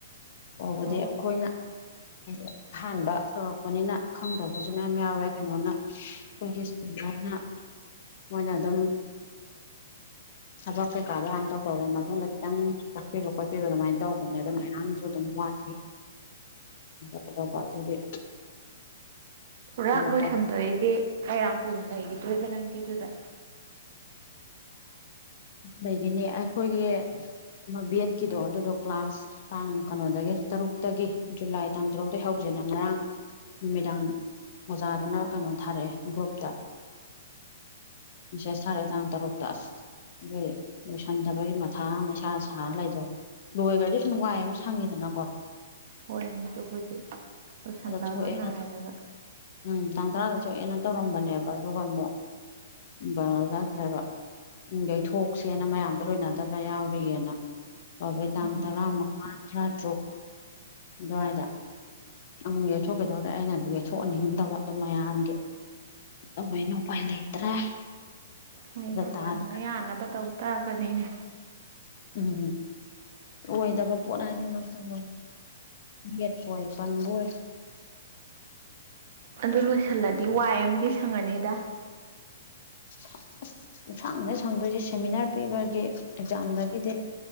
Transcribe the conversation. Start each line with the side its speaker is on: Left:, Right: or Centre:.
Left: ꯇꯧꯕꯨꯗꯤ
Right: ꯑꯣ
Left: ꯑꯩꯈꯣꯏꯅ
Right: ꯑꯣ
Left: ꯍꯥꯏꯗꯤ ꯑꯍꯥꯟꯕ ꯇꯧꯔꯛꯄꯅꯤꯅ ꯈꯪꯗꯕꯁꯨ ꯃꯌꯥꯝ ꯌꯥꯎꯔꯦ ꯀꯩꯅꯣꯅ ꯑꯩꯈꯣꯏꯒꯤ ꯑꯗꯨꯃꯥꯏꯅ ꯃꯣꯏꯅ ꯑꯗꯨꯝ ꯊꯕꯛ ꯀꯩꯀꯥꯗꯣ ꯍꯥꯟꯅ ꯇꯧꯊꯣꯛꯑꯕ ꯃꯇꯨꯡꯗ ꯈꯤꯇꯪ ꯇꯥꯛꯄꯤꯕ ꯈꯣꯠꯄꯤꯕꯗꯣ ꯑꯗꯨꯃꯥꯏꯅ ꯇꯧꯕꯅꯦ ꯑꯗꯣ ꯃꯌꯥꯝꯁꯨ ꯑꯗꯨꯝ ꯋꯥꯏ ꯇꯧꯒꯗꯧꯕ ꯑꯗꯨꯒꯤ
Right: ꯄꯨꯔꯥ
Left: ꯂꯦꯞꯇꯣꯞ
Right: ꯂꯣꯏꯁꯤꯟꯗꯣꯏꯗꯤ ꯀꯌꯥꯝ ꯀꯨꯏꯅ ꯂꯩꯈꯤꯗꯣꯏꯕ ꯅꯪꯗꯤ ꯑꯗꯨꯗ
Left: ꯂꯩꯒꯤꯅꯤ ꯑꯩꯈꯣꯏꯒꯤ ꯑꯃ ꯕꯤꯑꯦꯠꯀꯤꯗꯣ ꯑꯗꯨꯗꯣ ꯀ꯭ꯂꯥꯁ ꯇꯥꯡ ꯀꯩꯅꯣꯗꯒꯤ ꯇꯔꯨꯛꯇꯒꯤ ꯖꯨꯂꯥꯏ ꯇꯥꯡ ꯇꯔꯨꯛꯇꯩ ꯍꯧꯖꯦꯅ ꯅ ꯉꯔꯥꯡ ꯅꯨꯃꯤꯗꯥꯡ ꯑꯣꯖꯥꯗꯨꯅ ꯀꯩꯅꯣ ꯊꯥꯔꯛꯑꯦ ꯒ꯭ꯔꯨꯞꯇ ꯃꯦꯁꯦꯖ ꯊꯥꯔꯛꯑꯦ ꯇꯥꯡ ꯇꯔꯨꯛ ꯑꯗꯨꯒꯤ ꯂꯣꯏꯁꯟꯗꯕꯒꯤ ꯃꯊꯥ ꯑꯃ ꯏꯁꯥ ꯁꯥ ꯂꯩꯗꯣꯔꯦ ꯂꯣꯏꯒ꯭ꯔꯗꯤ ꯁꯨꯝ ꯋꯥꯏ ꯑꯃ ꯁꯪꯉꯦꯗꯥꯅꯀꯣ
Right: ꯍꯣꯏꯅꯦ ꯑꯗꯨꯕꯨꯗꯤ ꯂꯣꯏꯁꯤꯟꯕ
Left: ꯊꯣꯛꯑꯦꯅ
Right: ꯑꯃ ꯅꯥꯏꯔꯒ
Left: ꯎꯝ ꯇꯥꯡ ꯇꯔꯥꯗ ꯊꯣꯛꯑꯦꯅ ꯇꯧꯔꯝꯕꯅꯦꯕ ꯑꯗꯨꯒ ꯑꯃꯨꯛ ꯀꯩꯅꯣ ꯆꯠꯈ꯭ꯔꯦꯕ ꯎꯝ ꯌꯩꯊꯣꯛꯁꯦꯅ ꯃꯌꯥꯝꯗꯣ ꯂꯣꯏꯅꯗꯕ ꯌꯥꯎꯔꯤꯅ ꯑꯗꯩ ꯇꯥꯡ
Right: ꯎꯝ
Left: ꯇꯔꯥꯃꯉꯥ ꯇꯔꯥꯇꯔꯨꯛ ꯑꯗꯨꯋꯥꯏꯗ ꯑꯃꯨꯛ ꯌꯩꯊꯣꯛꯈꯤꯗꯧꯔꯦ ꯑꯩꯅꯗꯤ ꯌꯩꯊꯣꯛꯍꯟꯅꯤꯡꯗꯕ ꯑꯗꯣ ꯃꯌꯥꯝꯒꯤ ꯇꯧꯕꯅꯤꯅ ꯎꯄꯥꯏ ꯂꯩꯇ꯭ꯔꯦ
Right: ꯍꯣꯏ
Left: ꯇꯥꯗ꯭ꯔꯦ
Right: ꯌꯥꯅ ꯌꯥꯅꯕ ꯇꯧ ꯇꯥꯕꯅꯤꯅꯦ
Left: ꯎꯝ ꯂꯣꯏꯗꯕ ꯄꯣꯠ ꯍꯥꯏꯕꯃꯛꯁꯤꯗꯕꯨ ꯌꯦꯠꯄꯣꯏ ꯄꯟꯕꯣꯏ
Right: ꯑꯗꯨ ꯂꯣꯏꯁꯜꯂꯗꯤ ꯋꯥꯏ ꯑꯃꯗꯤ ꯁꯪꯉꯥꯅꯤꯗ
Left: <unintelligible> ꯄꯨꯛꯁꯪꯅꯦ ꯁꯪꯗꯣꯏꯁꯦ ꯁꯦꯃꯤꯅꯥꯔ ꯄꯤꯕꯒꯤ ꯑꯦꯛꯖꯥꯝꯗꯒꯤꯗꯤ